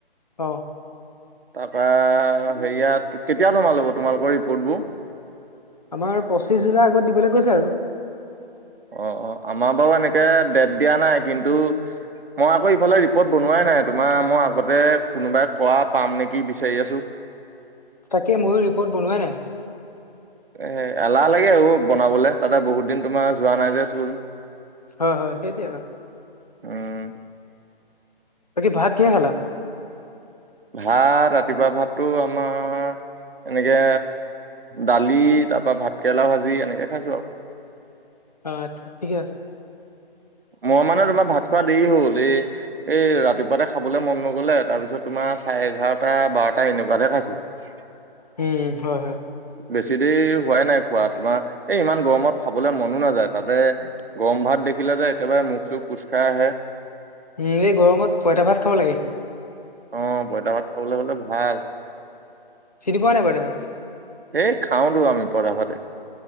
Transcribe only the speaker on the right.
তাৰপা হেৰিয়াত, কেতিয়া জমা ল'ব তোমালোকৰ ৰিপৰ্ট বোৰ?
অ, অ, আমাৰ বাৰু এনেকে ডেট দিয়া নাই কিন্তু মই আকৌ ইফালে ৰিপৰ্ট বনোৱাই নাই, তোমাৰ মই আগতে কোনোবাই কৰা পাম নেকি বিচাৰি আছো।
এ এলাহ লাগে এইবোৰ বনাবলে, তাতে বহুত দিন তোমাৰ যোৱা নাই যে স্কুললে।
উম
ভাত, ৰাতিপুৱা ভাতটো আমাৰ এনেকে দালি, তাৰপা ভাতকেৰেলা ভাজি, এনেকে খাইছো আও।
মই মানে তোমাৰ ভাত খোৱা দেৰি হ'ল এই এই ৰাতিপুৱাতে খাবলৈ মন নগলে, তাৰপিছত তোমাৰ চাৰে এঘাৰটা, বাৰটা এনেকুৱাতহে খাইছো। <unintelligible>
বেছি দেৰি হোৱাই নাই খোৱা তোমাৰ, এই ইমান গৰমত খাবলৈ মনো নাযায় তাতে গৰম ভাত দেখিলে যে একেবাৰে মুখ- চুখ কোচ খাই আহে।
অ পঁইতা ভাত খাবলৈ হলে ভাল।
এই খাওঁতো আমি পঁইতা ভাতে।